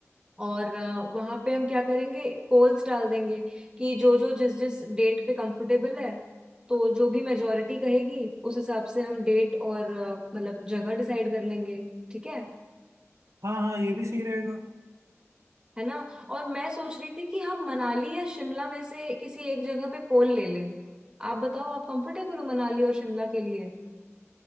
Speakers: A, on the right (about 20°); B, on the right (about 85°).
A: और वहां पे हम क्या करेंगे पोल्स डाल देंगे कि जो जो जिस जिस डेट पे कंफर्टेबल है तो जो भी मेजोरिटी कहेगी उस हिसाब से हम डेट और अ, मतलब जगह डिसाइड कर लेंगे ठीक है
B: हाँ हाँ ये भी सही रहेगा
A: है ना और मैं सोच रही थी कि हम मनाली या शिमला में से किसी एक जगह पे पोल ले लें आप बताओ आप कंफर्टेबल हो मनाली और शिमला के लिए